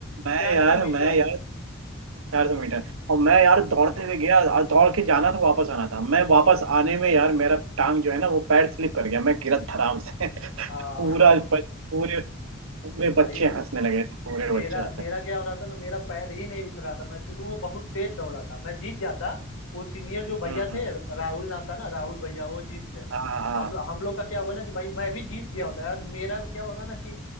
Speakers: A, on the right; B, on the left.
A: मैं
B: चार
A: यार
B: सौ मीटर
A: मैं यार चार सौ मीटर और मैं
B: हाँ
A: यार दौड़ते हुए गया और दौड़ के जाना था वापस आना था मैं वापस आने में यार मेरा टांग जो है ना वो पैर स्लिप कर गया मैं गिरा धड़ाम से
B: हाँ
A: पूरा
B: हाँ
A: बच, पूरे पूरे
B: भाई
A: बच्चे हंसने लगे थे पूरे
B: मेरा
A: बच्चे हंसने
B: मेरा
A: लगे
B: क्या हो रहा था ना मेरा पैर ही नहीं उठ रहा था मैं शुरू में बहुत तेज दौड़ा था मैं जीत जाता वो सीनियर जो भैया
A: हम्म हम्म,
B: थे राहुल नाम था ना राहुल भैया वो जीत गए
A: हाँ हाँ
B: हम हम लोग का क्या हुआ ना कि भाई मैं भी जीत गया होता यार मेरा क्या होगा ना कि